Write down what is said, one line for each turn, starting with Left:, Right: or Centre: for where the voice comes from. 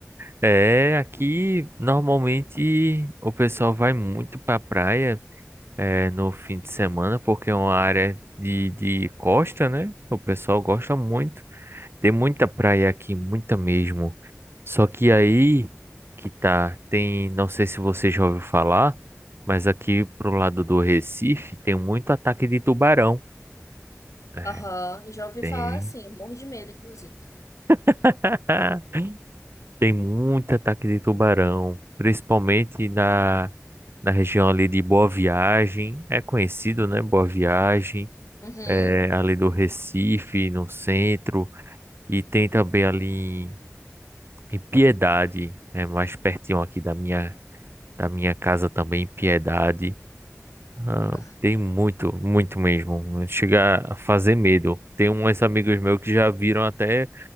Right: É, aqui normalmente o pessoal vai muito pra praia é, no fim de semana, porque é uma área de, de costa, né? O pessoal gosta muito. Tem muita praia aqui, muita mesmo. Só que aí que tá, tem, não sei se você já ouviu falar, mas aqui pro lado do Recife tem muito ataque de tubarão. É,
Left: Aham, já ouvi
Right: tem.
Left: falar assim, morro de medo, inclusive.
Right: <laughs> Tem muito ataque de tubarão, principalmente na, na região ali de Boa Viagem. É conhecido, né? Boa Viagem,
Left: Uhum.
Right: é, ali do Recife, no centro, e tem também ali em, em Piedade, é mais pertinho aqui da minha da minha casa também, Piedade. Ah,
Left: Ah,
Right: tem muito, muito mesmo. Chega a fazer medo. Tem uns amigos meus que já viram até